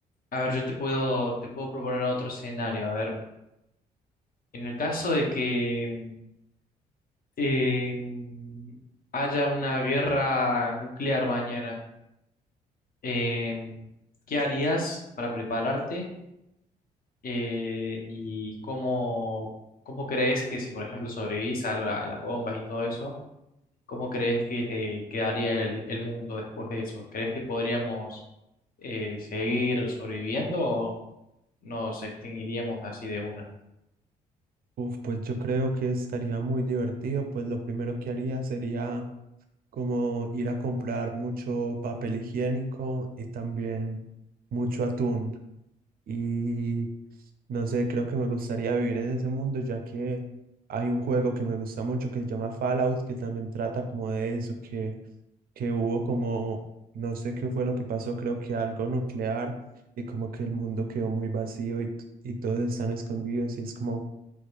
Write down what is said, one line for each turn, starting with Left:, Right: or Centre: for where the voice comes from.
Left: a ver, yo te puedo, te puedo proponer otro escenario. A ver, en el caso de que em, haya una guerra nuclear mañana, em, ¿qué harías para prepararte? Eh, ¿y cómo, cómo crees que si, por ejemplo, sobrevivís a la- a las bombas y todo eso? ¿Cómo crees que se quedaría el, el mundo después de eso? ¿Crees que podríamos eh, seguir sobreviviendo o nos extinguiríamos así de una?
Right: Uf, pues yo creo que estaría muy divertido, pues lo primero que haría sería como ir a comprar mucho papel higiénico y también mucho atún. Y no sé, creo que me gustaría vivir en ese mundo, ya que hay un juego que me gusta mucho que se llama Fallout, que también trata como de eso, que, que hubo como, no sé qué fue lo que pasó, creo que algo nuclear y como que el mundo quedó muy vacío y, t- y todos están escondidos y es como